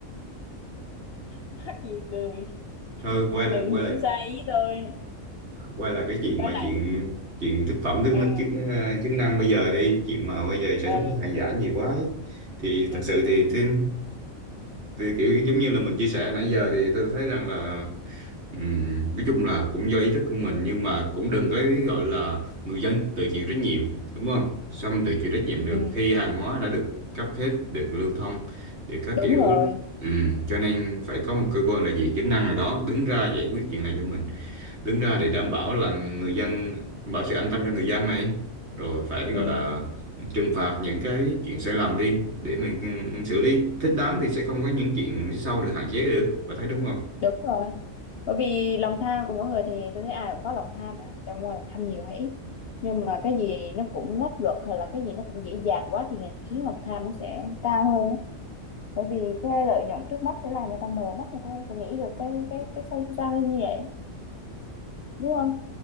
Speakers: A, on the left; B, on the right.
A: <laughs> mắc gì cười
B: thôi quay
A: đừng
B: lại quay
A: hiểu
B: lại
A: sai ý tôi
B: quay lại cái chuyện
A: quay
B: mà
A: lại
B: chuyện chuyện thực phẩm thức
A: ờ
B: năng chức chức năng bây giờ đi chuyện mà bây giờ sản
A: ờ
B: xuất những hàng giả nhiều quá ấy. thì
A: ừ,
B: thật sự
A: ừ,
B: thì, thì, thì kiểu giống như là mình chia sẻ nãy giờ thì tôi thấy rằng là ừm, nói chung là cũng do ý thức của mình nhưng mà cũng đừng có gọi là người dân tự chịu trách nhiệm đúng không xong tự chịu trách nhiệm được
A: ừ,
B: khi hàng hóa đã được cấp phép được lưu thông được các
A: đúng
B: kiểu
A: rồi
B: Ừm, cho nên phải có một cơ quan là gì chức năng nào đó đứng ra giải quyết chuyện này cho mình đứng ra để đảm bảo là người dân bảo sự an tâm cho người dân này rồi phải gọi
A: ừ,
B: là trừng phạt những cái chuyện sai lầm đi để mình xử lý thích đáng thì sẽ không có những chuyện phía sau được hạn chế được và thấy đúng không
A: đúng rồi bởi vì lòng tham của mỗi người thì tôi thấy ai cũng có lòng tham mà chẳng qua là tham nhiều hay ít nhưng mà cái gì nó cũng lách luật hay là cái gì nó cũng dễ dàng quá thì khiến lòng tham nó sẽ cao hơn á. bởi vì cái lợi nhuận trước mắt sẽ làm người ta mờ mắt người ta không sẽ nghĩ được cái cái cái sâu xa hơn như vậy đúng không